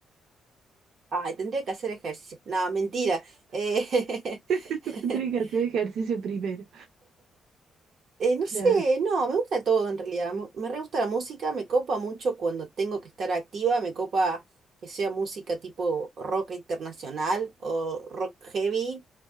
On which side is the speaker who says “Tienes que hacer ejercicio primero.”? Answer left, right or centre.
Right